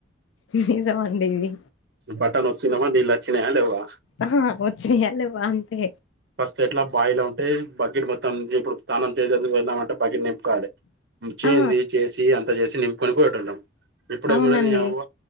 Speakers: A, on the left (about 80°); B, on the right (about 60°).
A: నిజమండి ఇది
B: బటన్ నొక్కినమా నీళ్లొచ్చినయా లేవా
A: ఆహా వచ్చినియ్య లేవ అంతే
B: ఫస్ట్ ఎట్లా బాయిలో బకెట్ మొత్తం ఇప్పుడు స్నానం చేసేందుకు వెళ్దామంటే బబకెట్ నింపు కాలే చేయింది
A: ఆ
B: చేసి అంత చేసి నింపుక పోయేటోలం ఇప్పుడేమున్నాది
A: అవునండి
B: నీ అవ్వ